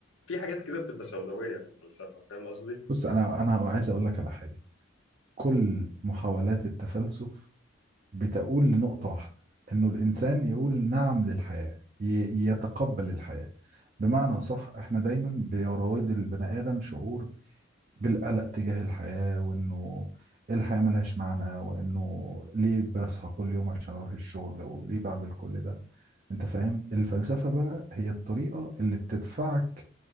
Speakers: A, on the left; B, on the right.
A: في حاجات كده بتبقى سوداوية في الفلسفة فاهم قصدي؟
B: بص أنا أنا عايز أقول لك على حاجة كل محاولات التفلسف بتقول لنقطة واحدة إنه الإنسان يقول نعم للحياة ي- يتقبل الحياة بمعنى صح إحنا دايما بيراود البني آدم شعور بالقلق تجاه الحياة وإنه الحياة ملهاش معنى وإنه ليه بصحى كل يوم عشان أروح الشغل وليه بعمل كل ده انت فاهم الفلسفة بقى هي الطريقة اللي بتدفعك